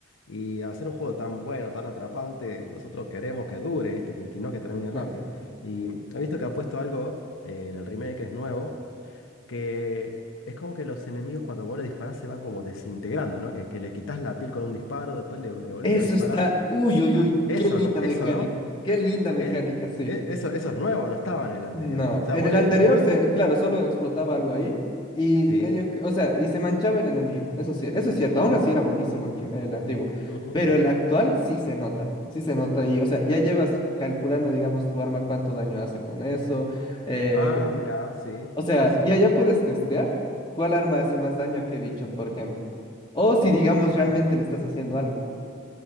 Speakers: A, on the left; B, on the left.
A: Y al ser un juego tan bueno, tan atrapante, nosotros queremos que dure, ¿viste? Que, que no que termine
B: sí.
A: rápido. Y he visto que ha puesto algo eh, en el remake, que es nuevo, que es como que los enemigos cuando vos le disparás se van como desintegrando, ¿no? Que, que le quitas la piel con un disparo, después le, le volvés
B: Eso
A: a disparar.
B: está. Uy, uy, uy.
A: Eso
B: Qué linda
A: no, eso
B: mecánica.
A: no.
B: Qué linda mecánica,
A: Eh,
B: sí.
A: eh, eso, eso es nuevo, no estaba en el anterior.
B: No,
A: O sea,
B: en
A: vos
B: el
A: le,
B: anterior,
A: le volá-
B: se, claro, solo explotaba algo ahí y
A: Sí.
B: medio que, o sea, y se manchaba el enemigo, eso sí, eso es cierto, aún así era buenísimo el, re- el antiguo,
A: Ujú.
B: pero el actual sí se nota, sí se nota y, o sea, ya llevas calculando, digamos, tu arma cuánto daño hace con eso, eh,
A: Ah,
B: que-
A: mirá, sí,
B: o sea,
A: sí, sí.
B: ya ya puedes testear cuál arma hace más daño a qué bicho, por ejemplo, o si,
A: Ujú.
B: digamos, realmente le estás haciendo algo,